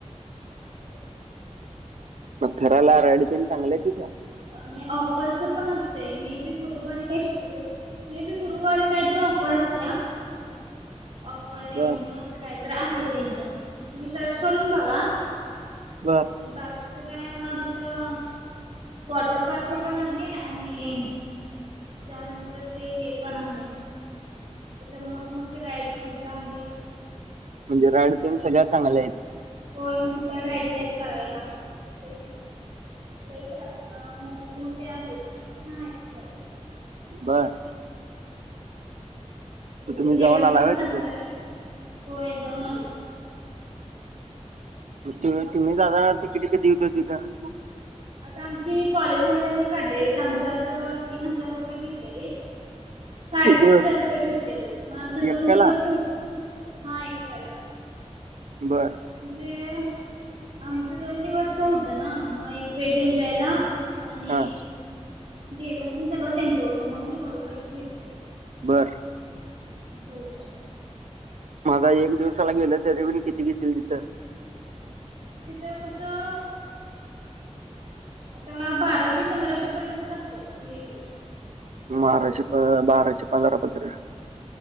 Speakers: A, on the right; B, on the right.
A: ह अ
B: मग फिरायला राइड चांगलंय तिथं.
A: आणि ऑफरच पण असते मे बी गुरुवारी काय शुक्रवारी. मे बी गुरुवारी काहीत ऑफर असते या ऑफर डे
B: बर
A: म्हणून. काहीत आहे त्यांच तुम्ही सर्च करून बघा
B: बर
A: बाकीचं काय मज तर. वॉटर पार्क पण आहे आणि त्यानंतर ते हे पण आहे. तिथं मोठमोठे राईड्स वगैरे आहेत.
B: म्हणजे राडते सगळ्या चांगल्या आहेत.
A: हो मोठ्या राइड्स आहेत करायला ते. आप लही मोठे मोठे आहेत छान आहेत खरं.
B: बर
A: तिथे
B: मग तुम्ही
A: जेवण
B: जाऊन आला
A: पण
B: व्हय
A: चांगलं
B: तिथं
A: आहे हो एक जाऊन आले.
B: मग तुम्ही दादा तिकिट कधी हो तिथं.
A: आता आमची कॉलेजवाल्यांनी काढलेली आमचं असं तीन हजार रुपये घेतलेली आहेत. साडेतीन
B: बर
A: हजार रुपये घेतलेले मग आमचे
B: एकट्याला
A: दोन दिवस तर होत हा एकट्याला.
B: बर
A: म्हणजे आमच दोन दिवस च होत ते ना मग एक वेट एनजॉयला आणि
B: हा
A: जेवण पण सगळ त्यांच होत म्हणून एवढे पैशे घेतले
B: बर
A: असं होत
B: माझा एक दिवसाला गेलं तरी बीण किती घेतील तिथं
A: तिथं कस अ आता बाराशे पंधराशे पर्यंतच असल मे बी
B: माराशे
A: तिकीट
B: प बाराशे पंधरा पञे